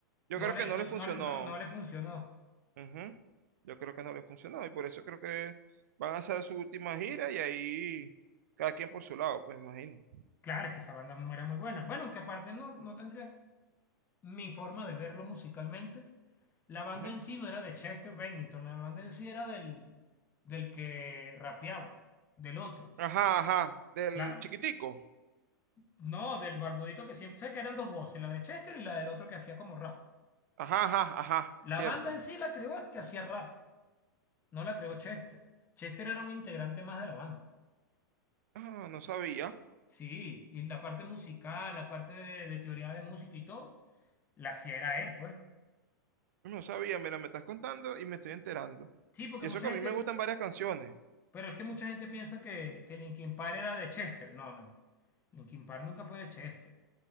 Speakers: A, on the right; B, on the left.
A: Yo
B: no
A: creo
B: le,
A: que no
B: no,
A: le
B: no
A: funcionó.
B: le, no, no le funcionó.
A: Ujú. Yo creo que no les funcionó y por eso creo que van a hacer su última gira y ahí cada quien por su lado, pues imagino.
B: Claro, es que esa banda era muy buena. Bueno, aunque aparte no, no tendría mi forma de verlo musicalmente. La banda
A: Ujú.
B: en sí no era de Chester Bennington, la banda en sí era del, del que rapeaba, del otro.
A: Ajá, ajá, del
B: La,
A: chiquitico.
B: no, del barbudito que siempre, sé que eran dos voces, la de Chester y la del otro que hacía como rap.
A: Ajá, ajá, ajá, cierto.
B: La banda en sí la creó el que hacía rap, no la creó Chester. Chester era un integrante más de la banda.
A: Ah, no sabía,
B: Sí, y la parte musical, la parte de, de teoría de música y todo, la hacía era él, pues.
A: no sabía, mira, me estás contando y me estoy enterando.
B: Sí, porque
A: Y
B: mucha
A: eso que
B: gente,
A: a mí me gustan varias canciones.
B: pero es que mucha gente piensa que, que Linkin Park era de Chester. No, no. Linkin Park nunca fue de Chester.